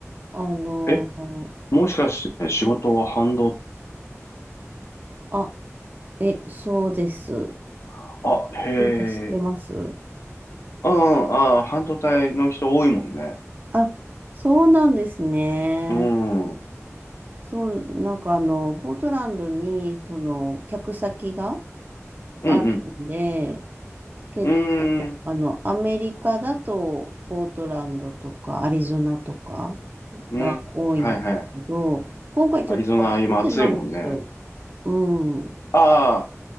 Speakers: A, on the right; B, on the left.
A: あの、
B: い。え、もしかして仕事は半導
A: あ、え、そうです。
B: 体、あ、へえ。
A: なんか知ってます
B: ああ、あー半導体の人多いもんね。
A: <laughs> あ、そうなんですね。
B: うん。うん
A: そう、なんかあの、ポートランドに、その、客先が
B: うん。
A: あるんで、結
B: うーん。
A: あの、アメリカだと、ポートランドとか、アリゾナとか
B: うん。
A: が多いんですけど、
B: はいはい。
A: 今回ちょっと初めてなんですよ。
B: アリゾナ今暑いもんね。
A: うん。
B: ああ、